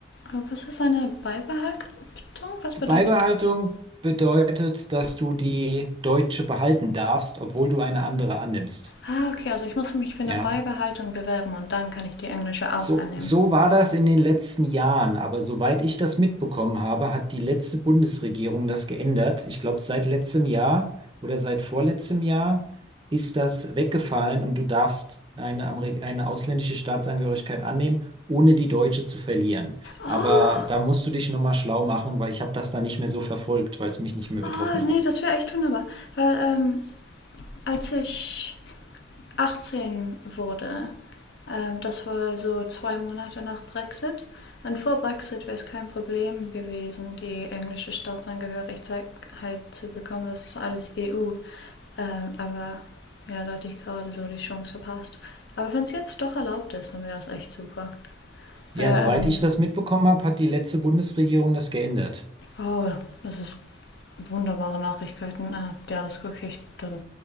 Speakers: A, on the left (about 65°); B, on the right (about 25°).
A: Äh, Was ist eine Beibehaltung? Was bedeutet
B: Beibehaltung
A: das?
B: bedeutet, dass du die deutsche behalten darfst, obwohl du eine andere annimmst.
A: Ah, okay, also ich muss mich für eine
B: Ja.
A: Beibehaltung bewerben und dann kann ich die englische
B: So,
A: auch annehmen.
B: so war das in den letzten Jahren, aber soweit ich das mitbekommen habe, hat die letzte Bundesregierung das geändert. Ich glaube, seit letztem Jahr oder seit vorletztem Jahr ist das weggefallen und du darfst eine, Amerik eine ausländische Staatsangehörigkeit annehmen, ohne die deutsche zu verlieren. Aber
A: Oh,
B: da musst du dich nochmal schlau machen, weil ich habe das dann nicht mehr so verfolgt, weil es mich nicht mehr
A: oh
B: betroffen
A: nee,
B: hat.
A: das wäre echt wunderbar. Weil ähm, als ich 18 wurde, ähm, das war so zwei Monate nach Brexit. Und vor Brexit wäre es kein Problem gewesen, die englische Staatsangehörigkeit halt zu bekommen. Das ist alles EU. Ähm, aber ja, da hatte ich gerade so die Chance verpasst. Aber wenn es jetzt doch erlaubt ist, dann wäre das echt super.
B: Ja,
A: Weil,
B: soweit
A: ähm,
B: ich das mitbekommen habe, hat die letzte Bundesregierung das geändert.
A: oh, das ist wunderbare Nachrichten. Äh, ja, das gucke ich dann